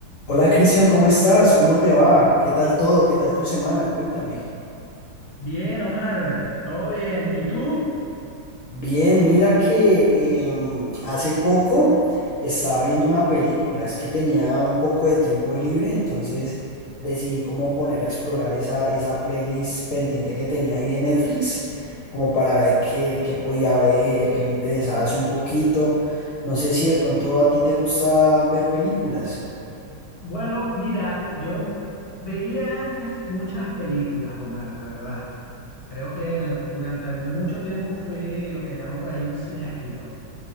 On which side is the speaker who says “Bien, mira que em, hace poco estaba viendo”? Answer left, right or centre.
Left